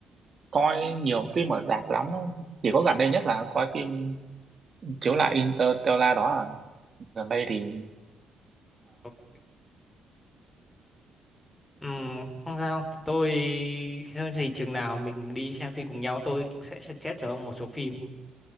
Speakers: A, on the right; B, on the left.
A: coi nhiều phim ở rạp lắm chỉ có gần đây nhất là coi phim chiếu lại Interstellar đó à. gần đây thì
B: Ok. Ừm, không sao, tôi thôi thì chừng nào mình đi xem phim cùng nhau tôi sẽ suggest cho ông một số phim.